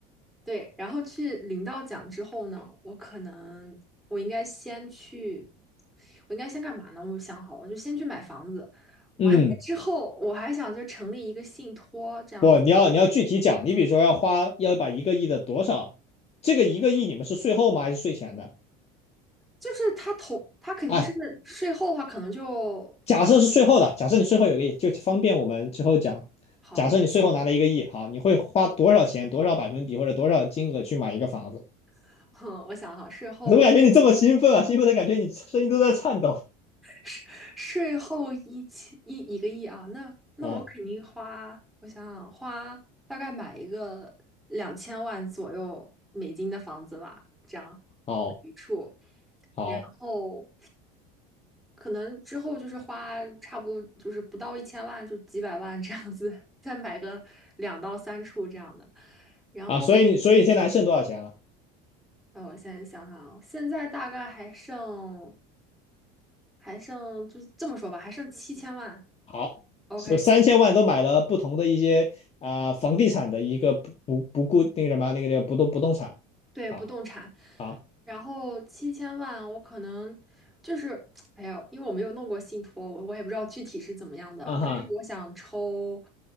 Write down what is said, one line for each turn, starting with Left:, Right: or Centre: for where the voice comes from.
Centre: 对，然后去领到奖之后呢，我可能我应该先去，我应该先干嘛呢？我想好了，我就先去买房子，
Left: 嗯，
Centre: 完了之后我还想就成立一个信托这样子，
Left: 不，你要你要具体讲，你比如说要花要把一个亿的多少，这个一个亿你们是税后吗还是税前的？
Centre: 就是他投他肯定是税后的话，
Left: 哎，
Centre: 可能就
Left: 假设是税后的，假设你税后有个亿，就方便我们之后讲。
Centre: 好，
Left: 假设你税后拿了一个亿，好，你会花多少钱、多少百分比或者多少金额去买一个房子？
Centre: <laughs> 哼，我想哈，税后
Left: 我怎么感觉你这么兴奋啊？兴奋的感觉你声音都在颤抖。
Centre: 税税后一千一一个亿啊，那那我肯定花，
Left: 嗯，
Centre: 我想想，花大概买一个两千万左右美金的房子吧，这样
Left: 好，
Centre: 一处，
Left: 好
Centre: 然后可能之后就是花差不多就是不到一千万，就几百万这样子，<laughs> 再买个两到三处这样的，然后
Left: 啊，所以你，所以你现在还剩多少钱了？
Centre: 呃，我现在想想啊，现在大概还剩还剩就这么说吧，还剩七千万
Left: 好，
Centre: ，OK。
Left: 所以三千万都买了不同的一些啊、呃房地产的一个不不不固那个什么那个那个不动不动产。
Centre: 对，
Left: 好，
Centre: 不动产，
Left: 好，
Centre: 然后七千万，我可能就是，<tsk> 哎呀，因为我没有弄过信托，我我也不知道具体是怎么样的，
Left: 啊哈，
Centre: 但是我想抽，